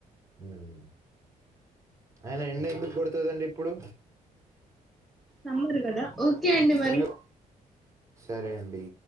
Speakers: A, on the right; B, in the centre.
A: హ్మ్మ్ అయినా ఎండ ఎందుకు కొడతదండి ఇప్పుడు
B: నమ్మరు కదా ఓకే అండి మరి
A: ఎండ సరే అండి